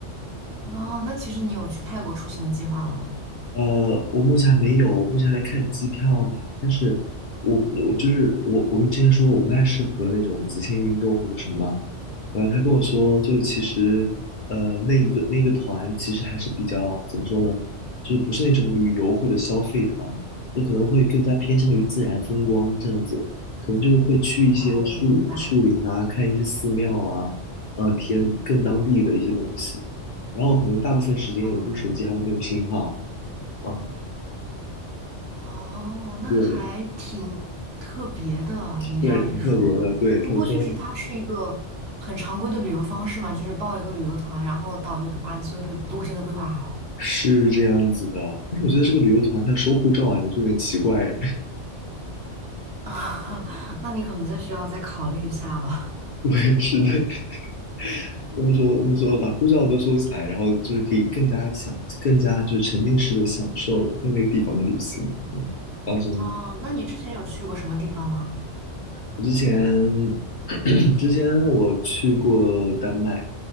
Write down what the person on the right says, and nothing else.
哦，那其实你有去泰国出行的计划喽？
哦，我明白。
哦
哦，那还挺特别的，
你这样一说。
不过确实，
它是一个很常规的旅游方式嘛，就是报一个旅游团，然后导游给把你所有的路线都规划好。
<laughs> 那你可能再需要再考虑一下了。
哦，那你之前有去过什么地方吗？